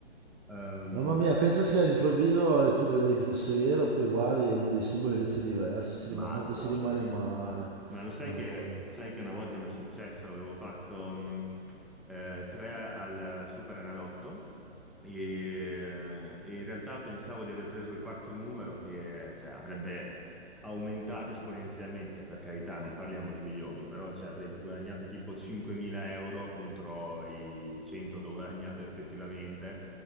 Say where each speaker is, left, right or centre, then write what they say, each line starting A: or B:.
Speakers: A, in the centre; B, on the right (about 15°).
A: Ehm,
B: Mamma mia, pensa se all'improvviso eh, tu credevi che fosse vero, poi guardi e uno dei simboli invece è diverso, si
A: Madonna
B: rima- quanto si rimane
A: mia.
B: male.
A: Ma lo sai
B: Mamma
A: che,
B: mia.
A: sai che una volta mi è successo, avevo fatto mh, eh, tre al Superenalotto e, e in realtà pensavo di aver preso il quarto numero che cioè, avrebbe aumentato esponenzialmente, per carità, non parliamo di milioni, però cioè, avrei guadagnato tipo 5.000 euro contro i 100 che ho guadagnato effettivamente